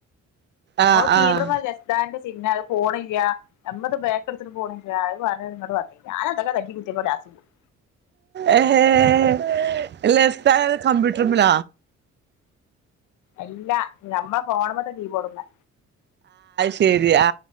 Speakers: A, on the right (about 35°); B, on the left (about 80°).
A: ആഹ്
B: ഓ <unintelligible>
A: ആഹ്
B: ലെസ്സ് താൻന്റെ പിന്നെ അത് പോണില്ല എമ്മത് ബേക്കെടുത്തിട്ട് പോണില്ല പറിയാൻ ഇങ്ങട് വന്ന് ഞാൻ അതക്കെ <unintelligible> <unintelligible>
A: ഏഹ് ലസ്ത കമ്പ്യൂട്ടർമലാ
B: അല്ല ഞമ്മ ഫോണ് മത്തെ കീബോഡ് മേ
A: ശെരിയാ